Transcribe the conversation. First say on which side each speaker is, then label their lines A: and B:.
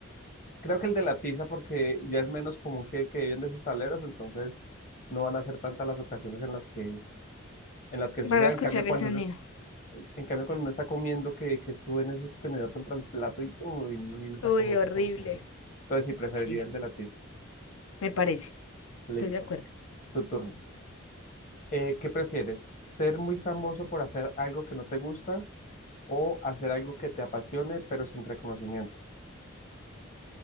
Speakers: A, on the left; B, on the left.
A: creo que el de la tiza porque ya es menos común que, que hayan de esos tableros, entonces no van a ser tantas las ocasiones en las que en las que
B: Vas
A: suceda.
B: a escuchar
A: En cambio, cuando
B: el sonido,
A: uno, es- en cambio, cuando uno está comiendo, que, que suben ese tenedor contra el plato y, uy, no, y uno está
B: uy,
A: comiendo
B: horrible.
A: como que no. Entonces, sí, preferiría
B: Sí,
A: el de latir.
B: me parece, estoy
A: Listo,
B: de acuerdo.
A: tu turno. Eh, ¿qué prefieres? ¿Ser muy famoso por hacer algo que no te gusta o hacer algo que te apasione pero sin reconocimiento?